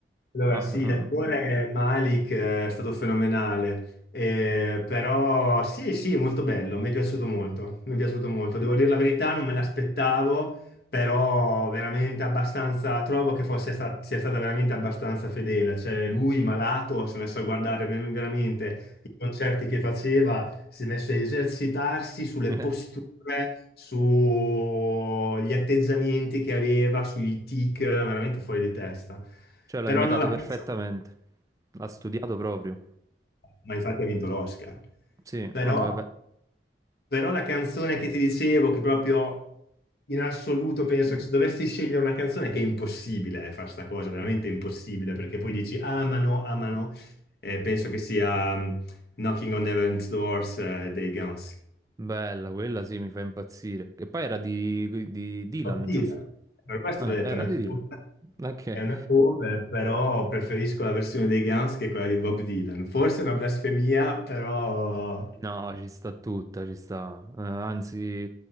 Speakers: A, on the left; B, on the right.
A: Allora,
B: Ma,
A: sì, l'attore Malik eh, è stato fenomenale, Eh, però sì, sì, molto bello, mi è piaciuto molto, mi è piaciuto molto. Devo dire la verità, non me l'aspettavo, però veramente abbastanza, trovo che fosse sta- sia stata veramente abbastanza fedele. Cioè, lui malato si è messo a guardare ver- veramente i concerti che faceva, si è messo a esercitarsi sulle
B: eh,
A: posture,
B: <laughs>
A: sugli atteggiamenti che aveva, sui tic, veramente fuori di testa.
B: Cioè, l'ha
A: Però
B: imitato
A: non la
B: perfettamente.
A: canzone,
B: L'ha studiato proprio.
A: ma infatti ha vinto l'Oscar.
B: Sì,
A: Però,
B: vabbè, beh.
A: però la canzone che ti dicevo, che proprio in assoluto penso che se dovessi scegliere una canzone, che è impossibile eh, fare sta cosa, veramente impossibile, perché poi dici amano, amano, eh, penso che sia mm, Knocking on Heaven's Doors eh, dei Guns.
B: Bella, quella sì, mi fa impazzire. Che poi era di, di Dylan,
A: partita.
B: giusto?
A: Per questo
B: Eh,
A: ho detto,
B: era
A: è una
B: di Dylan.
A: cover,
B: Ok.
A: è una cover, però preferisco la versione dei Guns che quella di Bob Dylan. Forse è una blasfemia, però...
B: No, ci sta tutta, ci sta. Eh, anzi,